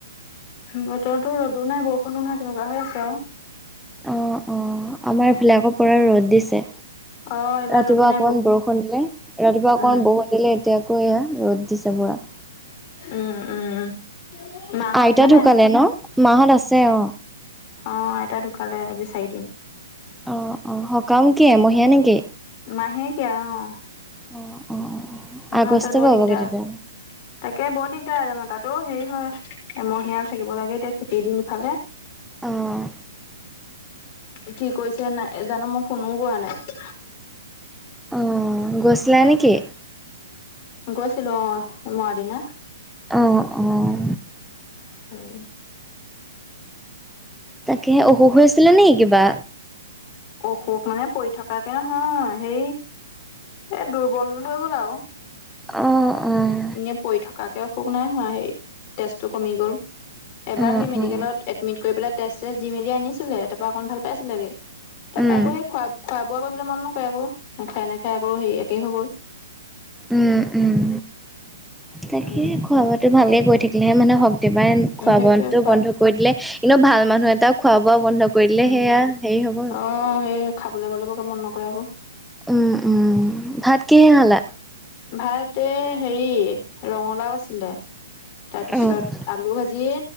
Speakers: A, on the left; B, in the centre.
A: বতৰতো ৰ'দো নাই বৰষুণো নাই তেনেকুৱা হৈ আছে আৰু।
B: অ অ আমাৰ এফালে আকৌ পুৰা ৰ'দ দিছে।
A: অ এইবাৰ
B: ৰাতিপুৱা
A: ৰ'দো নাই
B: অকমান বৰষুণ দিলে ৰাতিপুৱা অকমান
A: উম
B: বৰষুণ দিলে এতিয়া আকৌ এয়া ৰ'দ দিছে পুৰা।
A: উম উম মাহত
B: আইতা
A: আছে নে
B: ঢুকালে ন মাহত আছে অঁ।
A: অঁ, আইতা ঢুকালে আজি চাৰিদিন।
B: অ অ সকাম কি এমহীয়া নেকি?
A: মাহেকীয়া অঁ,
B: অ', অ',
A: আমাৰ
B: আগষ্ট
A: তাত বৰ
B: পাবগে
A: দিগদাৰ।
B: তেতিয়া।
A: তাকে বৰ দিগদাৰ আ য ম তাতো হেৰি হয় এমহীয়া থাকিব লাগে এতিয়া খেতিৰ দিন ইফালে।
B: অঁ।
A: কি কৈছে নাই জানো মই ফোনও কৰা নাই।
B: অঁ গৈছিলা নেকি?
A: গৈছিলৈ অঁ, সোমোৱা দিনা।
B: অঁ অঁ,
A: উম।
B: তাকে অসুখ হৈ আছিলে নে কিবা?
A: অসুখ মানে পৰি থকাকে নহয় হে এ দুৰ্বল হৈ গল আৰু।
B: অ অ
A: এনে পৰি থকাকে অসুখ নাই হোৱা সেই তেজটো কমি গ'ল এবাৰ
B: অ',
A: সেই মেডিকেলত
B: অ',
A: এডমিট কৰি পেলাই তেজ চেজ দি মেলি আনিছিলে তাপা অকন ভাল পাইছিলেগে তাপা
B: উম,
A: আকৌ সেই খোৱা খোৱা বোৱা কৰিবলে মন নকৰে আকৌ নাখাই নাখাই আকৌ হেৰি একেই হৈ গ'ল
B: উম উম তাকে
A: উম
B: খোৱা বোৱটো ভালকে কৈ থাকিলেহে মানে শক্তি পায় খোৱা
A: সেইটোৱে
B: বোৱা
A: খোৱা
B: বন্ধ কৰি দিলে কিন্তু ভাল মানুহ এটাও খোৱা বোৱা বন্ধ কৰি দিলে
A: উম
B: সেয়া হেৰি হ'ব
A: অ সেই খাবলে ববলে বৰকে মন নকৰে আকৌ
B: উম উম ভাত কিহে খালা
A: ভাত এ হেৰি ৰঙালাও আছিলে তাৰপিছত
B: উম
A: আলু ভাজি